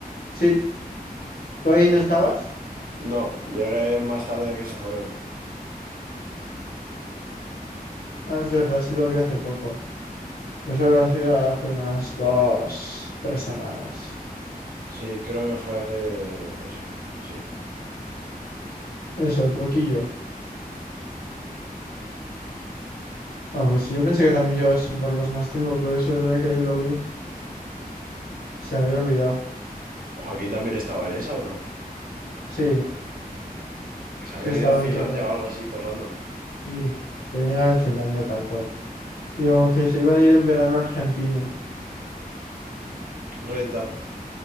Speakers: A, on the left; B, on the right.
A: Sí, ¿tú ahí no estabas?
B: No, llegué más tarde de que se fueron.
A: Ah, es verdad, sí lo vi hace poco. Eso lo hacía hace unas dos, tres semanas.
B: Sí, creo que fue hace eso. Sí.
A: Eso, poquillo. Ah, pues yo pensé que también llevaba sin verlos más tiempo, pero es verdad que ahí lo vi. Se me había olvidado.
B: Joaquín también estaba en esa, ¿o no?
A: Sí,
B: Que se
A: sí
B: habían
A: estaban
B: ido a Finlandia
A: que...
B: o algo así, todo random.
A: y se venía de Finlandia tal cual. Digo, que se iban a ir en verano a Argentina.
B: Renta.